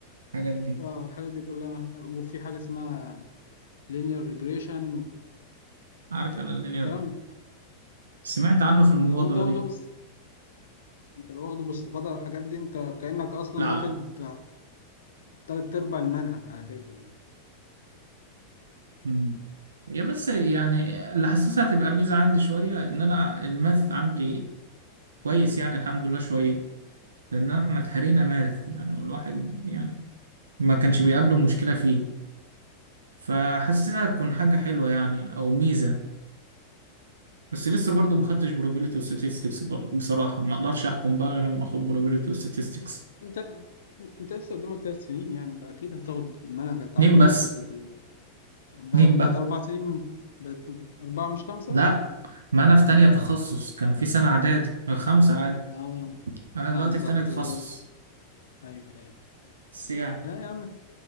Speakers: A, on the right; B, on the left.
A: الحاجات دي
B: اه الحاجات دي كلها وفي حاجة اسمها linear regression
A: عارف
B: والكلام
A: انا اللينير سمعت عنه في المبادرة
B: لو انت واخده
A: دي
B: بس انت لو واخده باستفاضة على الحاجات دي انت كأنك اصلا
A: لا
B: واخد
A: لا
B: تلات ارباع المنهج على فكرة يعني
A: مم. هي بس يعني اللي حاسسها هتبقى ميزة عندي شوية ان انا الماث عندي كويس يعني الحمد لله شوية لان احنا اتهرينا ماث يعني والواحد يعني ما كانش بيقابله مشكلة فيه فحاسسها تكون حاجة حلوة يعني او ميزة بس لسه برضه ما خدتش probability و statistics ب- بصراحة ما اقدرش احكم بقى غير لما اخد probability و statistics
B: انت انت لسه قدامك تلات سنين يعني فاكيد هتاخد المنهج هتعدي
A: اتنين بس
B: على الحاجات دي كلها ب-
A: اتنين بقى
B: بقت اربع سنين من- بقت اربعة مش خمسة
A: لا ما انا في تانية تخصص كان في سنة اعدادي آه، خمسة عادي
B: اه
A: انا
B: اه
A: دلوقتي
B: صح
A: في تانية
B: انت
A: تخصص
B: كده ايوه ايوه
A: بس يعني
B: اه يا عم